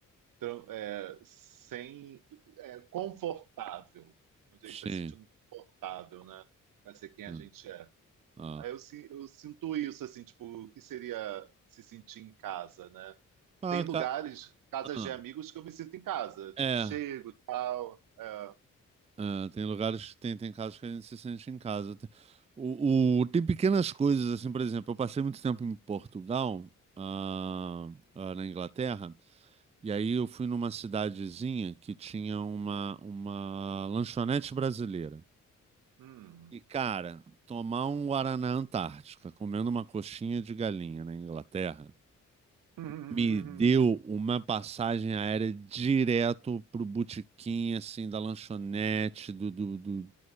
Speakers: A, on the right (about 75°); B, on the right (about 20°).
A: tran- é, sem, é, confortável. Onde
B: Sim.
A: a gente tá se sentindo confortável, né? Pra ser quem
B: Hum,
A: a gente é.
B: Ah,
A: Aí eu, si- eu sinto isso, assim, tipo, o que seria se sentir em casa, né?
B: ah,
A: tem lugares,
B: ca-
A: casas
B: ah,
A: de amigos, que eu me sinto em casa. Tipo,
B: é.
A: chego e tal. É.
B: é, tem lugares, tem, tem casos que a gente se sente em casa. Tem- O, o- tem pequenas coisas, assim, por exemplo, eu passei muito tempo em Portugal, ah, ah, na Inglaterra, e aí eu fui numa cidadezinha que tinha uma, uma lanchonete brasileira.
A: Hum.
B: E, cara, tomar um Guaraná Antártica comendo uma coxinha de galinha na Inglaterra.
A: <laughs>
B: me deu uma passagem aérea direto pro botequim, assim, da lanchonete do, do, do,